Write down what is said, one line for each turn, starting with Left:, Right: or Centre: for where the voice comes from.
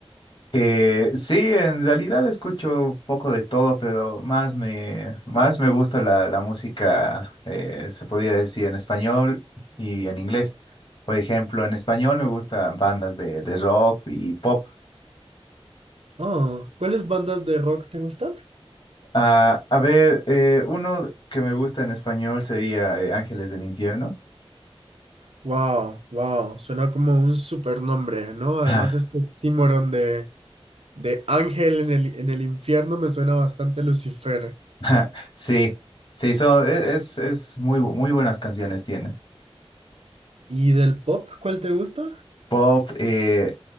Left: Eh, sí, en realidad escucho un poco de todo, pero más me, más me gusta la, la música, eh, se podría decir en español y en inglés. Por ejemplo, en español me gustan bandas de, de rock y pop.
Right: Ah, ¿cuáles bandas de rock te gustan?
Left: Ah, a ver, eh, uno que me gusta en español sería eh, Ángeles del Infierno.
Right: Wow, wow, suena como un super nombre, ¿no? Además
Left: <laughs>
Right: este oxímoron de, de ángel en el, en el infierno me suena bastante Lucifer.
Left: <laughs> Sí, sí, son, e- es, es muy, bu- muy buenas canciones tienen.
Right: ¿Y del pop cuál te gusta?
Left: Pop, eh,